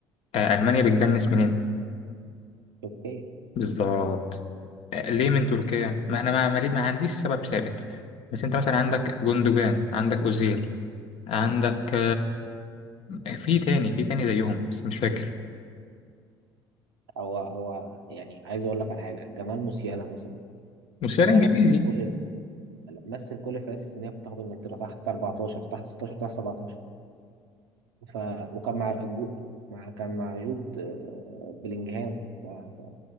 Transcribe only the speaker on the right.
اوكي
هو هو يعني عايز اقول لك على حاجه جمال موسيالا مثلا
ده
مثل كل ال... مثل كل الفئات السنيه بتاخد انجلترا تحت 14 تحت 16 تحت 17 ف... وكان مع جو... مع كان مع جود آه، بلينجهام ف... ف...